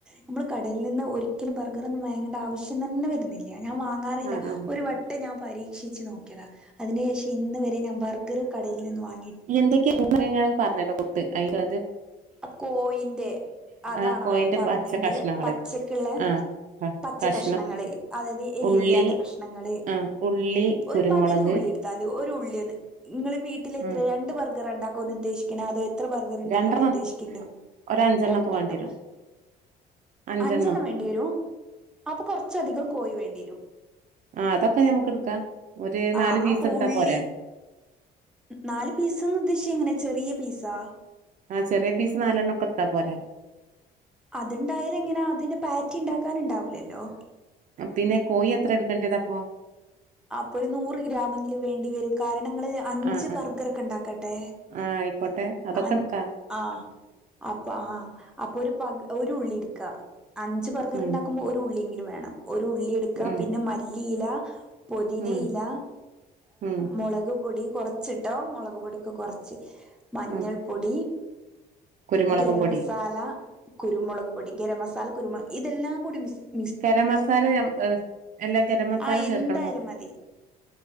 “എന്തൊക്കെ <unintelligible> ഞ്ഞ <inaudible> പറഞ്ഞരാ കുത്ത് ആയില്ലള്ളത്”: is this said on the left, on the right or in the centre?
Right